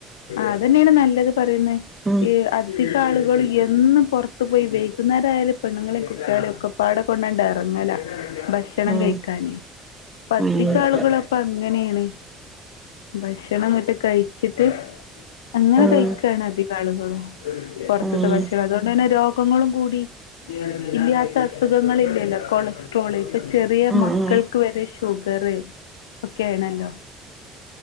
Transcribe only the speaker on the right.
ഉം
ഉം
ഉം ഉം ഉം
ഉം
ഉം
ഉം
ഉം ഉം